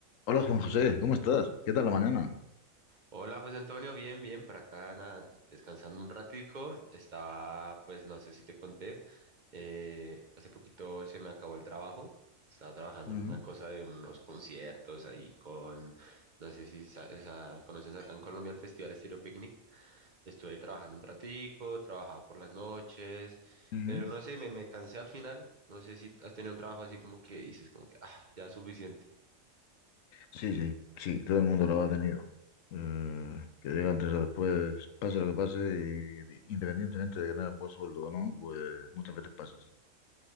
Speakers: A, on the left; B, on the right.
A: Hola Juan José, ¿cómo estás? ¿Qué tal la mañana?
B: Hola José Antonio, bien, bien, por acá nada, descansando un ratico, estaba, pues no sé si te conté, eh, hace poquito se me acabó el trabajo, estaba trabajando
A: Ujú,
B: en una cosa de unos conciertos ahí con, no sé si sa- esa- conoces acá en Colombia el Festival Estéreo Picnic, estuve trabajando un ratico, trabajaba por las noches,
A: ujú.
B: pero no sé, me, me cansé al final, no sé si has tenido un trabajo así como que dices, como que, ah, ya es suficiente.
A: Sí, sí, sí, todo el mundo lo ha tenido. Eh, que llega antes o después, pase lo que pase, y- y independientemente de que tengas buen sueldo o no, pues muchas veces pasa así.